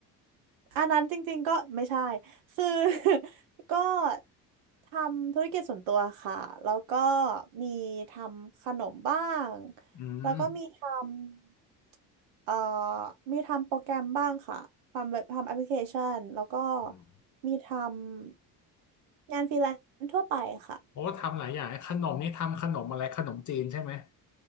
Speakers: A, on the right; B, on the left.
A: อันนั้นจริงๆก็ไม่ใช่ คือ <laughs> ก็ทำธุรกิจส่วนตัวค่ะ แล้วก็มีทำขนมบ้าง
B: อืม
A: แล้วก็มีทำเอ่อมีทำโปรแกรมบ้างค่ะ ทำแบบทำแอปพลิเคชัน แล้วก็
B: อืม
A: มีทำงานฟรีแลนซ์ทั่วไปค่ะ
B: โอ้ทำหลายอย่างขนมนี่ทำขนมอะไรขนมจีนใช่ไหม